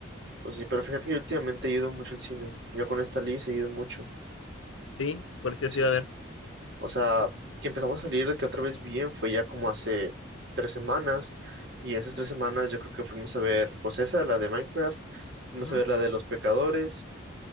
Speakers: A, on the right (about 55°); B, on the left (about 85°).
A: pues sí, pero fíjate que yo últimamente he ido mucho al cine. Yo con esta Liz he ido mucho.
B: Sí, por si
A: Sí.
B: has ido a ver.
A: O sea, que empezamos a salir de que otra vez bien fue ya como hace tres semanas. Y esas tres semanas yo creo que fuimos a ver, pues esa, la de Minecraft. Fuimos
B: Ujú.
A: a ver la de Los Pecadores,